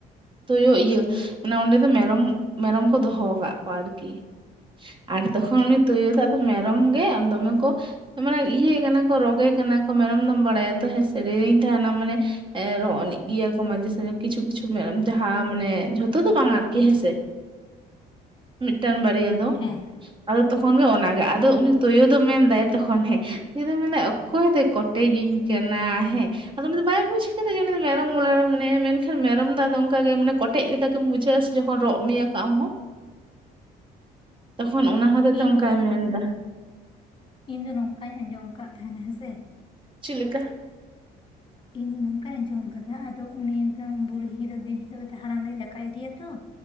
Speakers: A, on the right (about 30°); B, on the left (about 30°).
A: ᱛᱳᱭᱳ ᱤᱭᱟᱹ ᱢᱟᱱᱮ ᱚᱸᱰᱮ ᱫᱚ ᱢᱮᱨᱚᱢ, ᱢᱮᱨᱚᱢ ᱠᱚ ᱫᱚᱦᱚ ᱠᱟᱜ ᱠᱚᱣᱟ ᱟᱨᱠᱤ ᱟᱨ ᱛᱚᱠᱷᱚᱱ ᱩᱱᱤ ᱛᱳᱭᱳ ᱫᱚ ᱟᱫᱚ ᱢᱮᱨᱚᱢ ᱜᱮ ᱟᱢ ᱫᱚᱢᱮ ᱠᱚ ᱢᱟᱱᱮ ᱤᱭᱟᱹᱭᱮ ᱠᱟᱱᱟ ᱠᱚ ᱨᱳᱜᱮ ᱠᱟᱱᱟ ᱠᱚ ᱢᱮᱨᱚᱢ ᱫᱚᱢ ᱵᱟᱲᱟᱭᱟ ᱛᱚ ᱦᱮᱸᱥᱮ ᱫᱮᱨᱮᱧ ᱛᱟᱦᱮᱱᱟ ᱢᱟᱱᱮ ᱦᱮᱸ ᱨᱚᱜ ᱟᱹᱱᱤᱡ ᱜᱮᱭᱟ ᱠᱚ ᱢᱟᱡᱷᱮ ᱥᱟᱡᱷᱮ ᱠᱤᱪᱷᱩ ᱠᱤᱪᱷᱩ ᱡᱟᱦᱟᱸ ᱢᱟᱱᱮ ᱮᱸ ᱡᱷᱚᱛᱚ ᱫᱚ ᱵᱟᱝ ᱟᱨᱠᱤ ᱦᱮᱸ ᱥᱮ
B: <inaudible>
A: ᱢᱤᱫᱴᱟᱹᱝ ᱵᱟᱨᱭᱟ ᱫᱚ
B: ᱦᱮᱸ
A: ᱟᱫᱚ ᱛᱚᱠᱷᱚᱱ ᱜᱮ ᱚᱱᱟᱜᱮ ᱟᱫᱚ ᱩᱱᱤ ᱛᱳᱭᱳ ᱫᱚ ᱢᱮᱱᱫᱟᱭ ᱛᱚᱠᱷᱚᱱ ᱦᱮᱸ ᱩᱱᱤ ᱫᱚ ᱢᱮᱱᱫᱟᱭ ᱚᱠᱚᱭ ᱫᱚᱭᱼᱼ ᱠᱚᱴᱮᱡ ᱤᱧ ᱠᱟᱱᱟ ᱦᱮᱸ ᱟᱫᱚ ᱩᱱᱤ ᱫᱚ ᱵᱟᱭ ᱵᱩᱡᱽ ᱠᱟᱫᱟ ᱡᱮ ᱩᱱᱤ ᱢᱮᱨᱚᱢ ᱜᱚᱲᱟᱨᱮ ᱢᱮᱱᱟᱭᱟ ᱢᱮᱱᱠᱷᱟᱱ ᱢᱮᱨᱚᱢ ᱫᱚ ᱟᱫᱚ ᱚᱱᱠᱟᱜᱮ ᱢᱟᱱᱮ ᱠᱚᱴᱮᱡ ᱞᱮ ᱞᱮᱠᱟ ᱜᱮᱢ <unintelligible> ᱵᱩᱡᱷᱟᱹᱣᱟ ᱥᱮ ᱡᱚᱠᱷᱚᱱ ᱨᱚᱜ ᱢᱮᱭᱟ ᱠᱚ ᱟᱢ ᱦᱚᱸ
B: <inaudible>
A: ᱛᱚᱠᱷᱚᱱ ᱚᱱᱟ ᱦᱚᱛᱮᱛᱮ
B: ᱤᱧ
A: ᱚᱱᱠᱟᱭ
B: ᱫᱚ
A: ᱢᱮᱱᱫᱟ
B: ᱤᱧ ᱫᱚ ᱱᱚᱝᱠᱟᱧ ᱟᱸᱡᱚᱢ ᱠᱟᱜ ᱛᱟᱸᱦᱮᱱᱟ ᱦᱮᱸᱥᱮ
A: ᱪᱮᱜ ᱞᱮᱠᱟ
B: ᱤᱧ ᱫᱚ ᱱᱚᱝᱠᱹᱟᱧ ᱟᱸᱡᱚᱢ ᱠᱟᱫᱟ ᱟᱫᱚ ᱩᱱᱤ ᱫᱚ ᱵᱩᱲᱦᱤ ᱫᱚ ᱫᱤᱱ ᱦᱤᱞᱳᱜ ᱜᱮᱛᱚ ᱦᱟᱲᱟᱢ ᱞᱟᱹᱜᱤᱫ ᱫᱟᱠᱟᱭ ᱤᱫᱤᱭᱟ ᱛᱚ